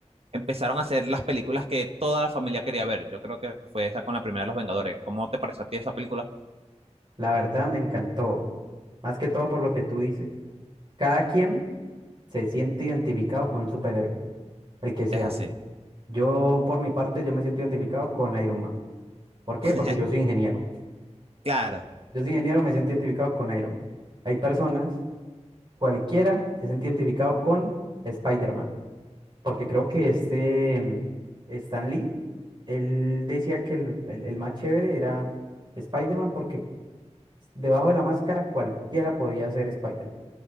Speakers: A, on the right (about 55°); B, on the right (about 40°).
A: empezaron a hacer las películas que toda la familia quería ver. Yo creo que fue esa con la primera de Los Vengadores. ¿Cómo te pareció a ti esa película?
B: la verdad me encantó. Más que todo por lo que tú dices. Cada quien se siente identificado con un superhéroe, el que sea.
A: Es así.
B: Yo, por mi parte, yo me siento identificado con Iron Man. ¿Por qué?
A: <laughs>
B: Porque yo soy ingeniero.
A: Claro.
B: Yo soy ingeniero, me siento identificado con Iron Man. Hay personas, cualquiera, que se siente identificado con Spider-Man. Porque creo que este mm, Stan Lee, él decía que el, el- el más chévere era Spider-Man porque debajo de la máscara cualquiera podía ser Spider-Man.